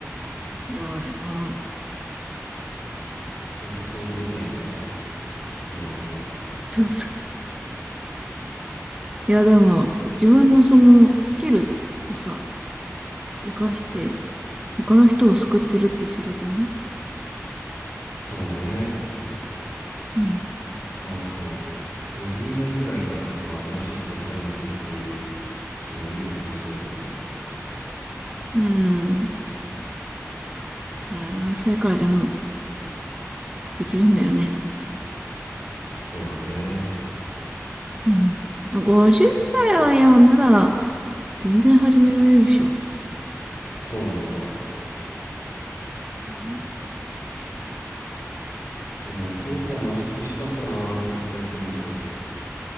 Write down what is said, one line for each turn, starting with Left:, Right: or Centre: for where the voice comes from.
Right: やるな。
Left: ほんと想像できないんだよな家のお母さんからしたら
Right: そうそう。いや、でも、自分のそのスキルをさ、活かして、他の人を救ってるってすごくない
Left: そうね
Right: うん。
Left: まああと50代ぐらいからその新しいことにチャレンジするっていうその勇気もすごいと思う
Right: うん。いや、何歳からでもできるんだよね。
Left: そうだね
Right: うん。50歳は、いや、まだ全然始められるでしょ。
Left: そうなんかも
Right: うん。
Left: うお父さんマジ厳しかったな振り返ってみると